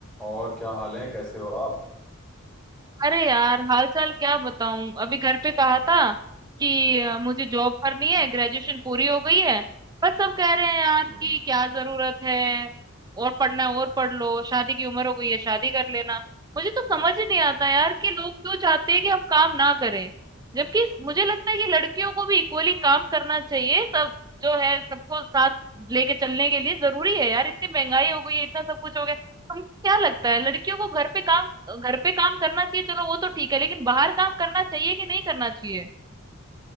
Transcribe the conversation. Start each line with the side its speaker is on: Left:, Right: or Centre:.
Centre: और क्या हाल है कैसे हो आप
Right: अरे यार हाल चाल क्या बताऊं अभी घर पे कहा था कि अ, मुझे जॉब करनी
Centre: हम्म
Right: है ग्रेजुएशन पूरी हो गई है पर सब कह रहे हैं यार
Centre: हम्म
Right: कि क्या जरूरत है और पढ़ना है और पढ़ लो शादी की उम्र हो गई है शादी कर लेना मुझे तो समझ ही नहीं आता यार कि लोग क्यों चाहते हैं कि हम काम ना करें जबकि मुझे लगता है कि लड़कियों को भी इक्वली काम करना चाहिए सब जो है सबको साथ लेके चलने के लिए जरूरी है यार इतनी महंगाई हो गई है इतना सब कुछ हो गया तुमको क्या लगता है लड़कियों को घर पे काम घर पे काम करना चाहिए चलो वो तो ठीक है लेकिन बाहर काम करना चाहिए कि नहीं करना चाहिए